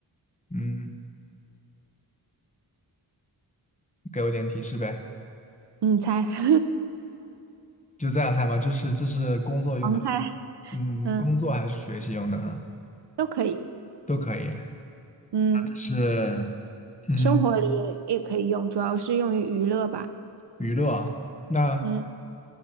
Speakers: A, on the left (about 15°); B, on the right (about 65°).
A: 嗯，给我点提示呗。
B: 你猜，<laughs>
A: 就这样猜吧，就是这是工作用的，
B: 盲猜，
A: 嗯，
B: 嗯，
A: 工作还是学习用的呢？
B: 都可以。
A: 都可以。
B: 嗯。
A: 是，嗯，
B: 生活里也也可以用，主要是用于娱乐吧。
A: 娱乐啊。那
B: 嗯